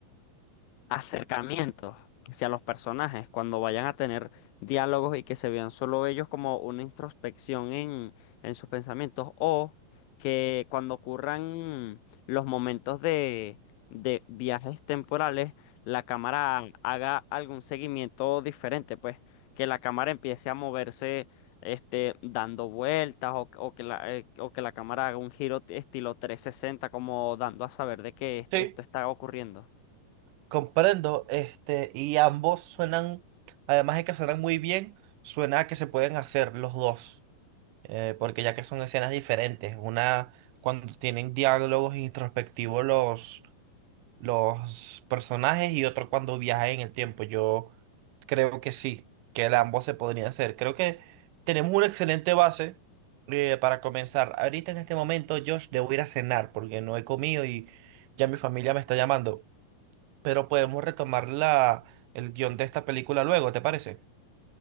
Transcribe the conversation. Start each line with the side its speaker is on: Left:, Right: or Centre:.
Left: acercamientos hacia los personajes, cuando vayan a tener diálogos y que se vean solo ellos como una introspección en, en sus pensamientos, o que cuando ocurran los momentos de, de viajes temporales, la cámara haga algún seguimiento diferente, pues que la cámara empiece a moverse. Este, dando vueltas o, o que la, eh, o que la cámara haga un giro estilo trescientos sesenta como dando a saber de que est-
Right: Sí,
Left: esto está ocurriendo.
Right: Comprendo, este, y ambos suenan, además de que suenan muy bien, suena a que se pueden hacer los dos, eh, porque ya que son escenas diferentes, una cuando tienen diálogos introspectivos los, los personajes y otro cuando viajan en el tiempo. Yo creo que sí, que el ambos se podrían hacer. Creo que tenemos una excelente base, eh, para comenzar. Ahorita en este momento, Josh, debo ir a cenar porque no he comido y ya mi familia me está llamando. Pero podemos retomar la, el guión de esta película luego, ¿te parece?